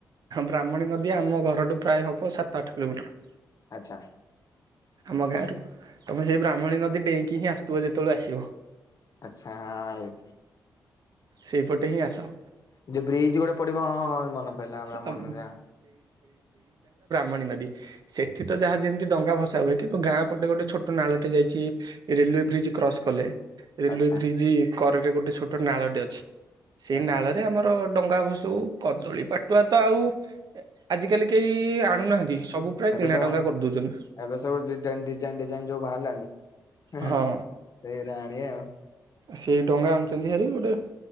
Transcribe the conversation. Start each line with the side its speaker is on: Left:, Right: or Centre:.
Right: ବ୍ରାହ୍ମଣୀ ନଦୀ ଆମ ଘରଠୁ ପ୍ରାୟ ହବ ସାତ ଆଠ କିଲୋମିଟର
Left: ଆଚ୍ଛା
Right: ଆମ ଗାଁ ରରୁ ତମ ସେଇ ବ୍ରାହ୍ମଣୀ ନଦୀ ବ୍ୟାଙ୍କି ହି ଆ ତୁ ଯେତେବେଳେ ଆସିବ
Left: ଆଚଛା ହଁ
Right: ସେଇପଟେ ହିଁ ଆସ
Left: ଯୋଉ ବ୍ରିଜ ଗୋଟେ ପଡିବ ହଁ ମନ ପିଲା
Right: ଆଉ
Left: ମନା
Right: ମଣି ନି ସେଠି ତ ଯାହା ଯେମିତି ଡଙ୍ଗା ଭସା ହୁଏ କିନ୍ତୁ ଗାଁ ପଟେ ଗୋଟେ ଛୋଟ ନାଳଟେ ଯାଇଛି ରେଲୱେ ବ୍ରିଜ୍ କ୍ରସ କଲେ ରେଲୱେ
Left: ଆଚ୍ଛା
Right: ବ୍ରିଜ କରରେ ଗୋଟେ ଛୋଟ ନାଳଟି ଅଛି। ସେଇ
Left: ଆଚ୍ଛା
Right: ନାଳରେ ଆମର ଡଙ୍ଗା ଭସଉ କଦଳୀ ପାଟୁଆ ତ ଆଉ ଆଜିକାଲି କେହି ଆଣୁନାହାନ୍ତି। ସବୁ ପ୍ରାୟ
Left: ଏବେ
Right: କିଣା
Left: ତ
Right: ଡଙ୍ଗା କରିଦଉଛନ୍ତି।
Left: ଏବେ ସବୁ ଡିଜାଇନ ଡିଜାଇନ ଯୋଉ ବାହାରିଲାଣି ସେଇରାଆଣିଆ
Right: ହଁ
Left: ଆଉ
Right: ସେଇ ଡଙ୍ଗା ଆଣୁଛନ୍ତି ହାରି ଗୋଟେ